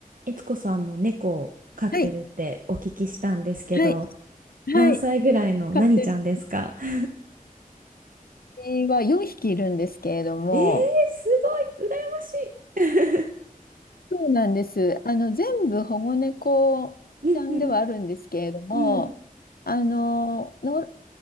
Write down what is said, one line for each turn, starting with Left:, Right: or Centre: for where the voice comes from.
Right: いつこさんも猫を飼ってるってお聞きしたんですけど、
Left: はい、はい、
Right: 何歳ぐらいの何ちゃんですか
Left: はい。飼ってる
Right: <laughs>
Left: 犬は4匹いるんですけれども、
Right: えー、すごい、羨ましい。<laughs>
Left: そうなんです。あの、全部保護猫ちゃんではあるんですけれども、
Right: うんうんうん
Left: あの、の、